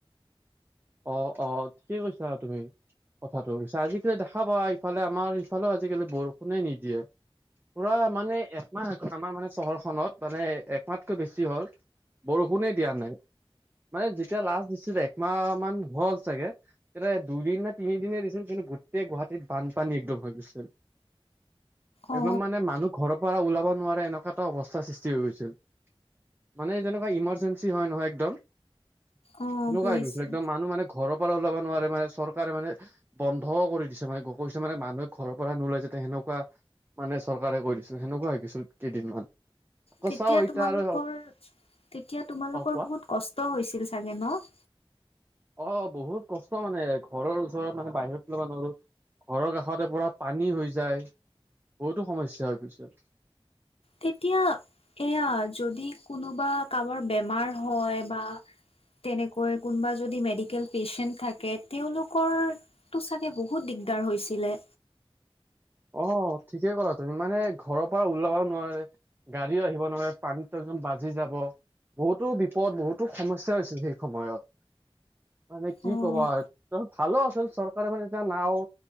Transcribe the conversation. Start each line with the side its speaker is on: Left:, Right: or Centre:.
Right: অ অ ঠিকে কৈছা তুমি - কথাটো আজিকালি দেখা পা ইফালে আমাৰ ইফালেও আজিকালি বৰষুণে নিদিয়ে। পুৰা মানে এক আমাৰ আমাৰ মানে চহৰখনত মানে একমাতকৈ বেছি হ'ল বৰষুণে দিয়া নাই। মানে যেতিয়া লাষ্ট দিছিলে একমাহ মান হ'ল চাগে। এয়াতে দুইদিন নে তিনিদিনে দিছিল কিন্তু গোটেই গুৱাহাটীত বানপানী একদম হৈ গৈছিল।
Left: অ
Right: একদম মানে মানুহ ঘৰৰ পৰা ওলাব নোৱাৰে এনেকুৱা এটা অৱস্থাৰ সৃষ্টি হৈ গৈছিল। মানে যেনেকুৱা ইমাৰজেঞ্চি হয় নহয় একদম তেনেকুৱাই
Left: অ বুজিছো
Right: গৈছে মানুহ মানে ঘৰৰ পৰা ওলাব নোৱাৰে মানে চৰকাৰে মানে - বন্ধ কৰি দিছে মানে গ কৈছে মানে ঘৰৰ পৰা নোলাই যাতে সেনেকুৱা - মানে চৰকাৰে কৈ দিছিল সেনকুৱা হৈ গিছিল কেইদিনমান। আকৌ
Left: তেতিয়া
Right: চাও এতিয়া
Left: তোমালোকৰ
Right: আৰু
Left: তেতিয়া তোমালোকৰ
Right: অ কোৱা
Left: বহুত কষ্ট হৈছিল চাগে ন'?
Right: অ' বহুত কষ্ট মানে ঘৰৰ ওচৰত মানে বাহিৰত উলাবা নোৱাৰো। ঘৰৰ কাষতে পোৰা পানী হৈ যায় বহুতো সমস্যা হৈ পৰিছে
Left: তেতিয়া এয়া যদি কোনোবা কাবাৰ বেমাৰ হয় বা তেনেকৈ কোনোবা যদি মেডিকেল পেচেন্ট থাকে তেলোকৰ টো চাকে বহুত দিগদাৰ হৈছিলে।
Right: অঁ ঠিকে ক'লা তুমি মানে ঘৰৰ পৰা ওলাবা নোৱাৰে। গাড়ীও আহিব নোৱাৰে পানীত <unintelligible> বাজি যাব। বহুতো বিপদ বহুতো সমস্যা হৈছিল সেই সময়ত। মানে কি
Left: অ',
Right: ক'বা ভালো আছিল চৰকাৰে মানে তেতিয়া নাওঁ